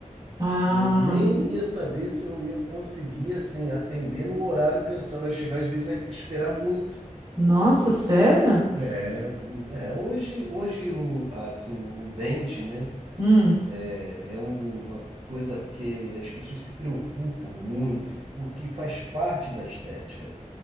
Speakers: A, on the right; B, on the right.
A: Ah,
B: E eu nem ia saber se eu ia conseguir, assim, atender no horário que a senhora chegar. Às vezes vai ter que esperar muito.
A: nossa, sério?
B: É, é, hoje, hoje o, assim, o, o dente, né,
A: Hum,
B: é, é um- uma coisa que as pessoas se preocupam muito, porque faz parte da estética.